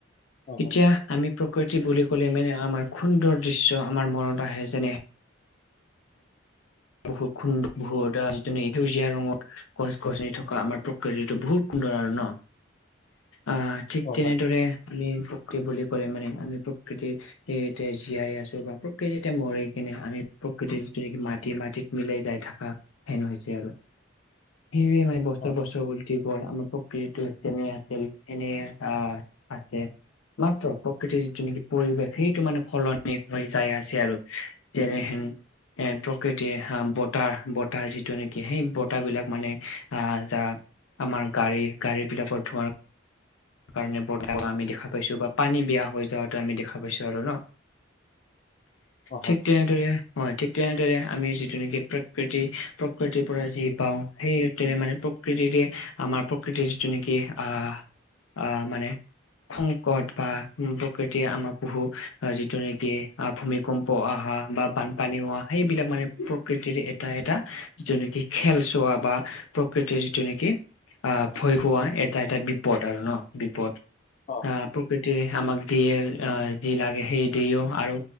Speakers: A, on the left (about 40°); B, on the left (about 80°).
A: অ
B: এতিয়া
A: হয়
B: আমি প্ৰকৃতি বুলি ক'লে মেনে আমাৰ সুন্দৰ দৃশ্য আমাৰ মনত আহে যেনেহ বহুত খুড ভ <inaudible> যেনেক সেউজীয়া ৰঙৰ গছ গছনি থকা আমাৰ প্ৰকৃতিটো বহুত সুন্দৰ আৰু ন আহ ঠিক
A: অ
B: তেনেদৰে
A: হয়
B: আমি প্ৰকৃ বুলি ক'লে মানে আমি প্ৰকৃতিৰ, এ এতিয়া জীয়াই আছো বা প্ৰকৃতিতে মৰি কিনে আমি প্ৰকৃতি যিটো নেকি মাত, টি মাটিত মিলাই যাই থাকা হেন হৈছে আৰু। সেইবোৱে মানে বছতৰ
A: অ
B: বছৰ উলটি গ'ল আমাৰ, প্ৰক কৃতোৰ কেনে আছিল সেনে আ আছে, মাত্ৰ প্ৰকৃতিৰ যিটো নেকি পৰিৱেশ, সেইটো মানে সলনি হৈ যাই আছে আৰু যেনেহেন, কৃতিয়ে হা বতাৰ বতাহ যিটো নেকি সেই বতাহ বিলাক মানে আহ যা, আমাৰ গাড়ী, গাড়ী বিলাকত ধোৱাৰ, কাৰণে বতাহ বেয়া, আমি দেখা পাইছো বা পানী বেয়া হৈ যোৱাটো আমি দেখা পাইছো আৰু ন।
A: অ হয়
B: ঠিকে দৰে হয় ঠিক তেনেদৰে আমি যিটো নেকি প্ৰকৃতি প্ৰকৃতিৰ পৰা যি, পাওঁ সেইতেৰে মানে প্ৰকৃতিৰে আমাৰ প্ৰকৃতিৰ যিটো নিকি আহ, আ মানে, সংকট বা উ প্ৰকৃতিয়ে আমাক বহু আহ যিটো নেকি আ ভূমি - কম্প অহা বা বানপানী হোৱা সেইবিলাক মানে প্ৰকৃতিৰ এটা এটা যিটো নেকি খেল চোৱা বা প্ৰকৃতিৰ যিটো নেকি, আহ ভয় খোৱা এটা এটা বিপদ আৰু ন বিপদ।
A: অ
B: আ
A: হয়
B: প্ৰকৃতিৰে আমাক দিয়ে আ যি লাগে সেই দিয়েও, আৰু